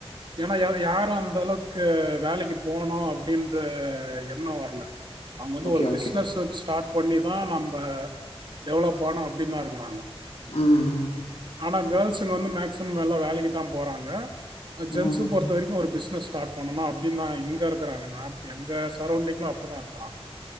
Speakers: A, on the right (about 50°); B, on the left (about 70°).
A: ஏனா-ஏனா யாரும் அந்த அளவுக்கு வேலைக்கு போகனோ அப்படின்னு ரே எண்நோ வரல அவங்க வந்து
B: ஓகே
A: ஒரு
B: ஓகே
A: பிசினஸ் வந்து ஸ்டார்ட் பண்ணி தா நம்ம டெவலப் ஆனும் அப்படின்லா இருக்கிறாங்க.
B: ம் ம்
A: ஆனா கேர்ள்ஸுங்க வந்து மேக்சிமம் எல்லா வேலைக்கு தா போறாங்க. அ ஜென்ஸ்ங்க
B: ம்
A: பொறுத்த வரைக்கும் ஒரு பிஸ் க ஸ்டார்ட் பண்ணனு அப்படின் தா இங்க இருக்காங்க எங்க சரௌண்டிங்ல அப்படிதா ருக்குறா